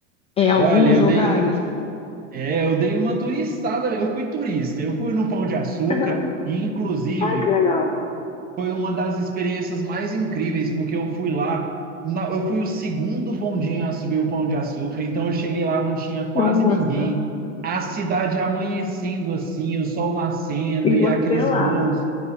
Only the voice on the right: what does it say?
Olha, eu
dei, é, eu dei uma turistada, eu fui turista, eu fui no Pão de Açúcar,
e inclusive.
Foi uma das experiências mais incríveis, porque eu fui lá, na- eu fui o segundo bondinho a subir o Pão de Açúcar, então eu cheguei lá, não tinha quase
ninguém, a cidade amanhecendo assim, o sol nascendo
e
aqueles
morros.